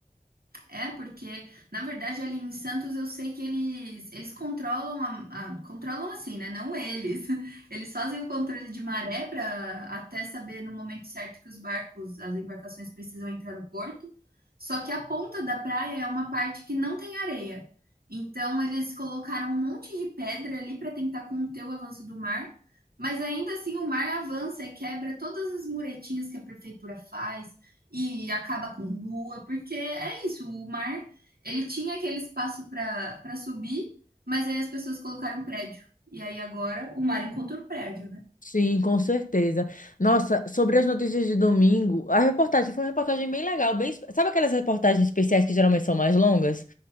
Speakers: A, on the right (about 80°); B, on the left (about 60°).
A: É, porque, na verdade, ali em Santos eu sei que eles, eles controlam a, a- controlam assim, né? Não eles. <laughs> Eles fazem o controle de maré para até saber no momento certo que os barcos, as embarcações precisam entrar no porto. Só que a ponta da praia é uma parte que não tem areia. Então eles colocaram um monte de pedra ali para tentar conter o avanço do mar, mas ainda assim o mar avança e quebra todas as muretinhas que a prefeitura faz e acaba com rua, porque é isso, o mar, ele tinha aquele espaço para subir, mas aí as pessoas colocaram prédio. E aí agora o mar encontrou o prédio, né?
B: Sim, com certeza. Nossa, sobre as notícias de domingo, a reportagem foi uma reportagem bem legal, bem... Sabe aquelas reportagens especiais que geralmente são mais longas?